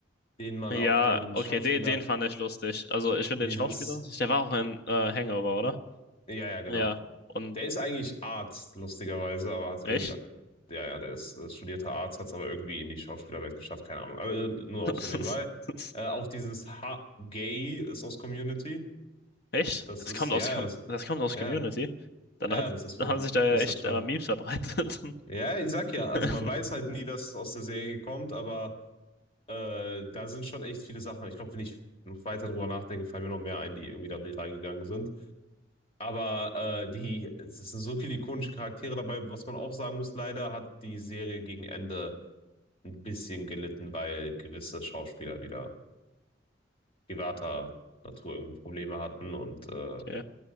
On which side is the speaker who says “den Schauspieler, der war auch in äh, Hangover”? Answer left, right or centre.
Left